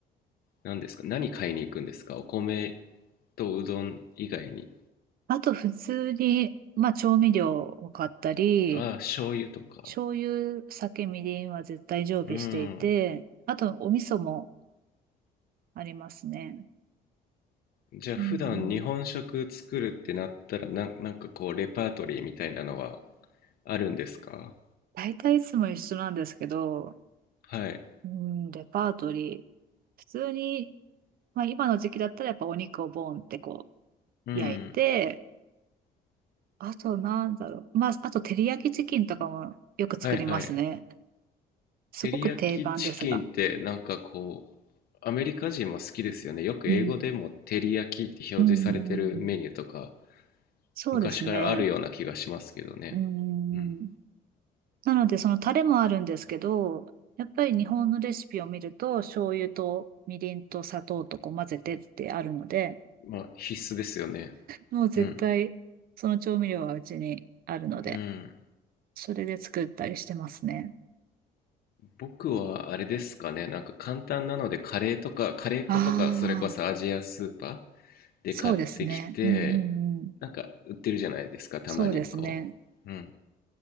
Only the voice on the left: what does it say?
何ですか何買いに行くんですかお米とうどん以外に
ああ、醤油とか。
うん。
じゃあ普段日本食作るってなったらな、
なんかこうレパートリーみたいなのはあるんですか
はい。
うん。
はいはい。
照り焼きチキンってなんかこう、アメリカ人も好きですよね。よく英語でも照り焼きって表示されてるメニューとか、
昔からあるような気がしますけどね。
うん。
まあ必須ですよね。
うん。うん。
僕はあれですかね、なんか簡単なのでカレーとか、カレー粉とか、
それこそアジアスーパーで買ってきて、
なんか売ってるじゃないですか、たまにこう。
うん。